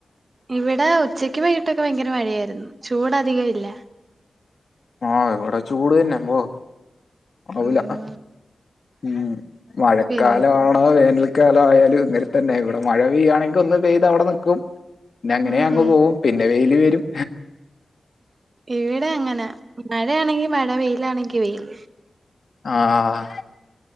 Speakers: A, on the right (about 45°); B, on the left (about 60°).
A: ഇവിടെ ഉച്ചക്ക് വൈകിട്ടൊക്കെ ഭയങ്കര മഴയായിരുന്നു ചൂടധികം ഇല്ല
B: ആഹ് ഇവിടെ ചൂട് തന്നെ പോ ആവൂല
A: ഉം
B: ഉം മഴക്കാലമാണോ
A: പിന്നെ
B: വേനൽ ക്കാലം ആയാലും ഇങ്ങനെ തന്നെ ഇവിടെ മഴ പെയ്യുകയാണെങ്കിൽ ഒന്ന് പെയ്ത് അവിടെ നിൽക്കും പിന്നെ അങ്ങനെ
A: ഉം
B: അങ്ങ്
A: ഉം
B: പോകും പിന്നെ വെയില് വരും
A: ഇവിടെ എങ്ങനാ മഴയാണെങ്കി മഴ വെയിലാണെങ്കി വെയിൽ
B: അ ആഹ്